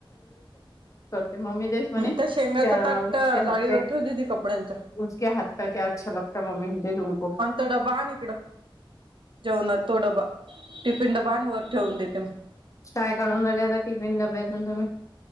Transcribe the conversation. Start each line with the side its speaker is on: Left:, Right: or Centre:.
Left: ते मम्मी देस म्हणेक
Right: त्या शेंगाच ताट जाळीवर
Left: हातक..
Right: ठेवते ती कपड्यांच्या
Left: उक हात का क्या अच्छा लगता मम्मी म्ही तुमको
Right: आणि तो डबा आण इकडं जेवणात तो डबा टिफिन डबा.. आण वर ठेवून देते मी
Left: काय काढून राले आता टिफिन डब्यातून तुम्ही...